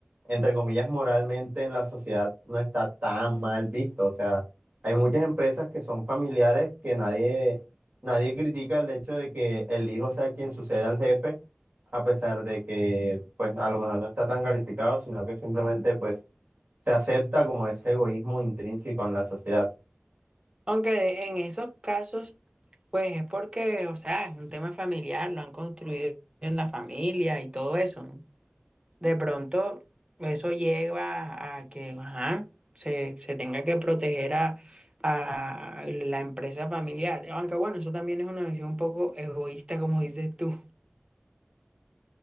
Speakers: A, on the right; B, on the right.
A: entre comillas, moralmente en la sociedad no está tan mal visto. O sea, hay muchas empresas que son familiares que nadie, nadie critica el hecho de que el hijo sea quien suceda al jefe, a pesar de que, pues, a lo mejor no está tan calificado, sino que simplemente, pues, se acepta como ese egoísmo intrínseco en la sociedad.
B: Aunque de- en esos casos, pues es porque, o sea, es un tema familiar, lo han construido en la familia y todo eso, ¿no? De pronto, eso lleva a que, ajá, se, se tenga que proteger a, a la empresa familiar. Aunque bueno, eso también es una visión un poco egoísta, como dices tú.